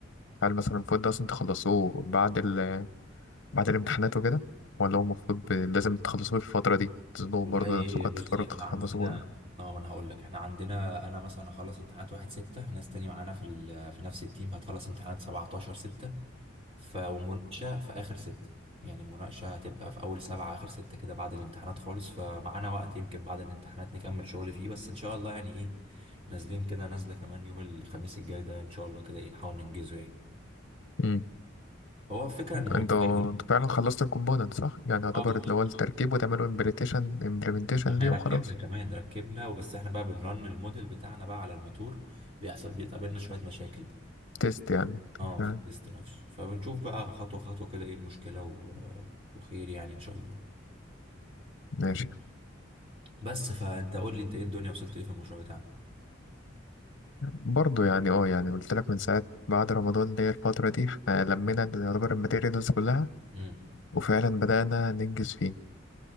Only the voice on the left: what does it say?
هل مثلا المفروض ده اصلا تخلصوه بعد ال بعد الامتحانات وكده ولا هو المفروض ب... لازم تخلصوه في الفترة دي تظنوا
برضه نفسكم
هتضطروا
تخلصوه
ولا
ايوه
انتوا
انتوا فعلا خلصتوا الكومبوننت صح؟ يعني يعتبر
اللي هو التركيب وتعملوا امبليتيشن امبلمنتيشن
ليه
وخلاص
تيست يعني تمام.
ماشي
برضو يعني اه يعني قلت لك من ساعة بعد رمضان اللي هي الفترة دي احنا لمينا اللي يعتبر الماتيريالز كلها
وفعلا بدأنا ننجز فيه